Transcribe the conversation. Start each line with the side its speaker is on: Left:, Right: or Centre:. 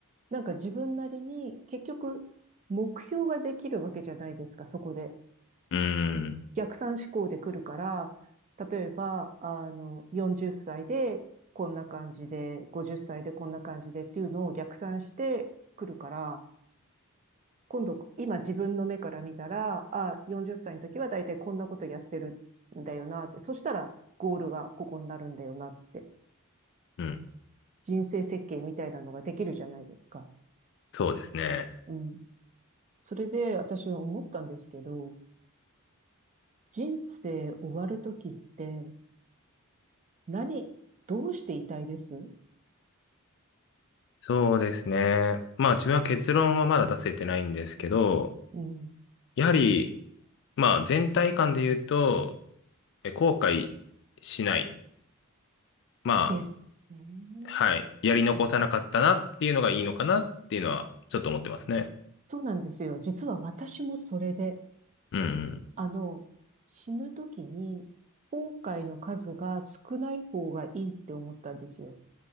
Right: なんか自分なりに結局目標ができるわけじゃないですか、そこで。
Left: うーん。
Right: 逆算思考で来るから、例えば、あの、40歳でこんな感じで、50歳でこんな感じでっていうのを逆算してくるから、今度、今自分の目から見たら、あ、40歳の時は大体こんなことやってるんだよなって、そしたらゴールがここになるんだよなって、
Left: うん。
Right: 人生設計みたいなのができるじゃないですか。
Left: そうですね。
Right: うん。それで私思ったんですけど、人生終わる時って何、どうしていたいです
Left: そうですね。まあ自分は結論はまだ出せてないんですけど、
Right: うん。
Left: やはり、まあ、全体感で言うと、え後悔しない。ま
Right: ですね
Left: あ、はい。やり残さなかったなっていうのがいいのかなっていうのは、
Right: うん。
Left: ちょっと思ってますね。
Right: そうなんですよ。実は私もそれで、
Left: うんうん。
Right: あの、死ぬ時に後悔の数が少ない方がいいって思ったんですよ。